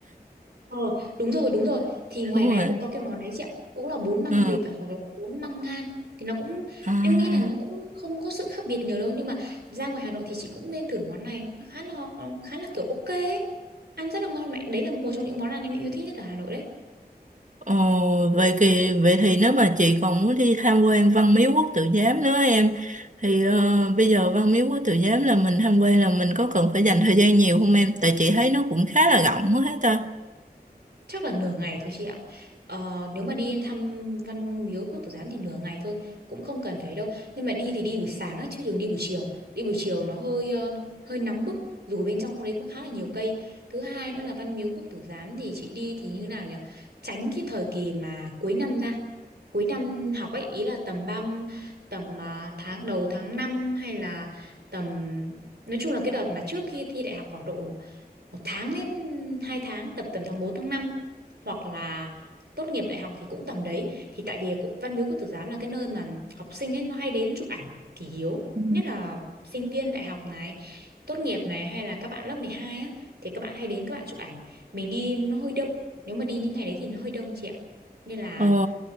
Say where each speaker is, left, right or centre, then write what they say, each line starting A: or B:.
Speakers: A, on the right (about 85°); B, on the right (about 50°).
A: Ờ, đúng rồi, đúng rồi. Thì ngoài
B: đúng
A: này
B: rồi
A: cũng có cái Ừ. món đấy chị ạ. Cũng là bún măng
B: ừ.
A: vịt và hoặc là bún măng ngan. Thì nó cũng,
B: à
A: em nghĩ là nó cũng không có sự khác biệt nhiều đâu. Nhưng mà ra ngoài Hà Nội thì chị cũng nên thử món này. Nó khá là, nó khá là kiểu ok ấy. Ăn rất là ngon mẹ. Đấy là một trong những món ăn em yêu thích nhất ở Hà Nội đấy.
B: ồ vậy thì vậy thì nếu mà chị còn muốn đi tham quan Văn Miếu Quốc Tử Giám nữa em thì ờ, bây giờ Văn Miếu Quốc Tử Giám là mình tham quan là mình có cần phải dành thời gian nhiều không em tại chị thấy nó cũng khá là rộng quá hết ta
A: chắc là nửa ngày thôi chị ạ ờ, nếu mà đi thăm văn miếu quốc tử giám thì nửa ngày thôi cũng không cần phải đâu nhưng mà đi thì đi buổi sáng á, chứ đừng đi buổi chiều đi buổi chiều nó hơi ờ, hơi nóng bức dù bên trong đấy cũng khá là nhiều cây thứ hai nữa là văn miếu quốc tử giám thì chị đi thì như nào nhỉ tránh cái thời kỳ mà cuối năm ra cuối năm học ấy ý là tầm ba tầm à, tháng đầu tháng 5 hay là tầm nói chung là cái đợt mà trước khi thi đại học khoảng độ một tháng đến hai tháng tầm tầm tháng 4 tháng năm hoặc là tốt nghiệp đại học thì cũng tầm đấy thì tại vì cũng- Văn Miếu Quốc Tử Giám là cái nơi mà học sinh ấy nó hay đến chụp ảnh kỷ yếu
B: Ừ.
A: nhất là sinh viên đại học này tốt nghiệp này hay là các bạn lớp 12 á thì các bạn hay đến các bạn chụp ảnh mình đi nó hơi đông nếu mà đi những ngày đấy thì nó hơi đông chị ạ nên là
B: ồ